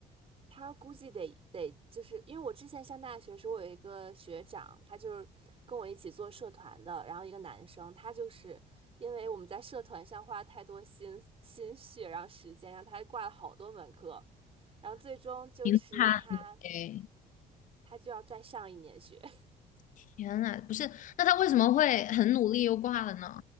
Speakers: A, on the right (about 35°); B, on the left (about 50°).
A: 他估计得得，就是因为我之前上大学时候，我有一个学长，他就是跟我一起做社团的，然后一个男生，他就是因为我们在社团上花太多心心血，然后时间，然后他还挂了好多门课，然后最终就是他。
B: 挺惨的哎，
A: 他就要再上一年学。<laughs>
B: 天呐，不是，那他为什么会很努力又挂了呢？